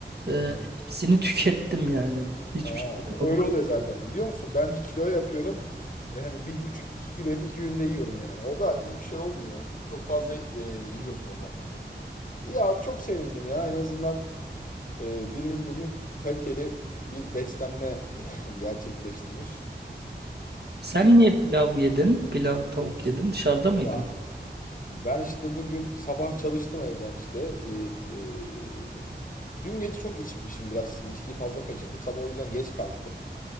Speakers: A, on the right (about 65°); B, on the left (about 45°).
A: Ee,
B: Hı hı.
A: hepsini <laughs> tükettim yani. Hiçbir
B: Aa,
A: şey kalmadı.
B: öyle oluyor zaten. Biliyor musun? Ben kilo yapıyorum. <laughs> Yani bir buçuk iki kilo et iki günde yiyorum yani. O da iyi bir şey olmuyor. Çok fazla e, yiyorsun o zaman da. İyi abi çok sevindim ya. En azından e, birimiz bugün kaliteli bir beslenme <laughs> gerçekleştirmiş.
A: Sen niye pilav yedin? Pilav, tavuk yedin. Dışarıda mıydın?
B: Ya ben işte bugün sabah çalıştım evden işte. Bir, e, dün gece çok içmişim biraz. İçkiyi fazla kaçırdım. Sabah o yüzden geç kalktım.